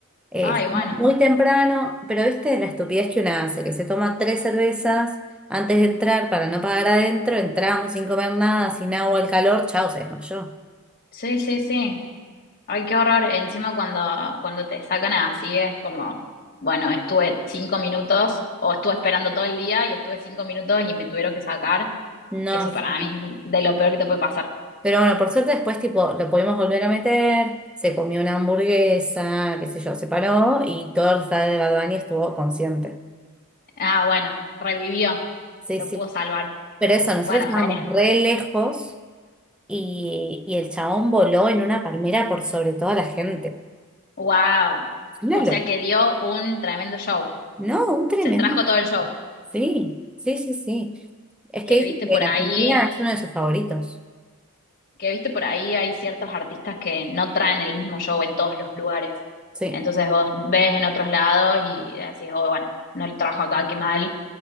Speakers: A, in the centre; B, on the left.
A: Eh,
B: Ay,
A: fuimos
B: bueno.
A: muy temprano, pero viste la estupidez que una hace, que se toma tres cervezas antes de entrar para no pagar adentro, entramos sin comer nada, sin agua, el calor, chao, se desmayó.
B: Sí, sí, sí. Ay, qué horror. Encima cuando, cuando te sacan así es como, bueno, estuve cinco minutos o estuve esperando todo el día y estuve cinco minutos y me tuvieron que sacar.
A: No,
B: Eso para
A: sí.
B: mí es de lo peor que te puede pasar.
A: Pero bueno, por suerte después tipo lo pudimos volver a meter, se comió una hamburguesa, qué sé yo, se paró y todo el estado de Bad Bunny estuvo consciente.
B: Ah, bueno, revivió.
A: Sí,
B: Lo
A: sí.
B: pudo salvar.
A: Pero eso, nosotros
B: Bueno,
A: estábamos
B: genial.
A: re lejos y, y el chabón voló en una palmera por sobre toda la gente.
B: Wow.
A: Una
B: O sea que dio un tremendo show.
A: No, un tremendo.
B: Se trajo todo el show
A: Sí, sí, sí, sí. Es
B: que
A: que dicen
B: viste por
A: que
B: ahí
A: Argentina es uno de sus favoritos.
B: que viste por ahí hay ciertos artistas que no traen el mismo show en todos los lugares.
A: Sí,
B: Entonces vos ves en otros lados y decís, oh, bueno, no lo trajo acá, qué mal,